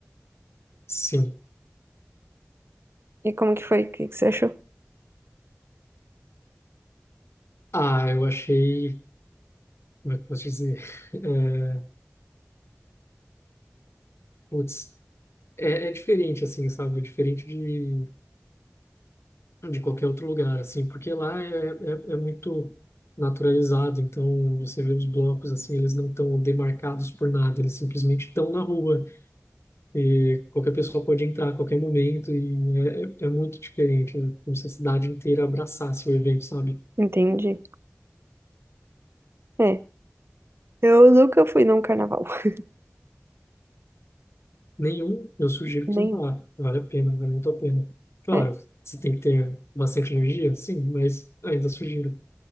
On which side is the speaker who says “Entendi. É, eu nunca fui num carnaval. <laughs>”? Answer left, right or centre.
Right